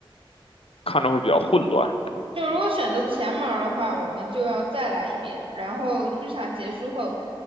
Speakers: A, on the left; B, on the right.
A: 看着会比较混乱。
B: 就如果选择前门儿的话，我们就要再来一遍。然后剧场结束后，